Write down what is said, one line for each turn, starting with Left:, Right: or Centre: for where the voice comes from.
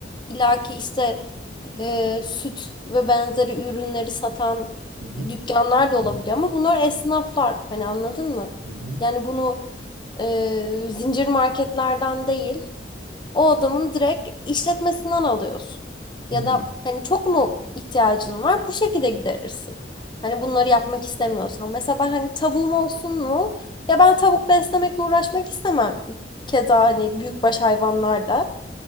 Left: illaki işte e, süt ve benzeri ürünleri satan
Right: Hı hı.
Left: dükkanlar da olabiliyor ama bunlar esnaflar hani anladın mı?
Right: Hı hı.
Left: Yani bunu e, zincir marketlerden değil o adamın direkt işletmesinden alıyorsun.
Right: Hı.
Left: Ya da hani çok mu ihtiyacın var? Bu şekilde giderirsin. Hani bunları yapmak istemiyorsan. Mesela ben hani tavuğum olsun mu? Ya ben tavuk beslemekle uğraşmak istemem. Keza hani büyükbaş hayvanlar da.